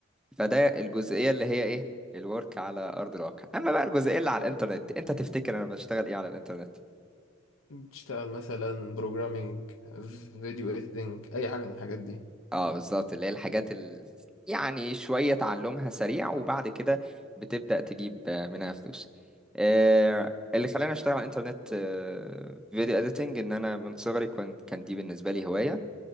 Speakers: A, in the centre; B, on the left.
A: فده الجزئية اللي هي ايه الورك على أرض الواقع أما بقى الجزئية اللي على الإنترنت أنت تفتكر أنا بشتغل ايه على الإنترنت
B: تشتغل مثلا بروجرامينج فيديو اديتنج اي حاجه من الحاجات دي
A: اه بالظبط اللي هي الحاجات ال... يعني شوية تعلمها سريع وبعد كده بتبدأ تجيب آه، منها فلوس آه اللي خلاني أشتغل على الإنترنت آه فيديو إديتنج إن أنا من صغري كنت كان دي بالنسبة لي هواية